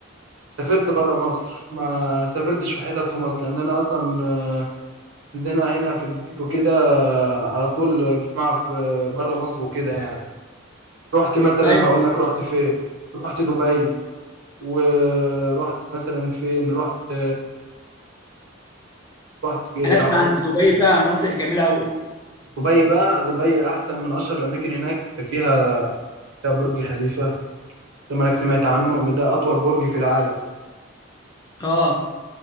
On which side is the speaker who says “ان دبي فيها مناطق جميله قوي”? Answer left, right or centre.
Left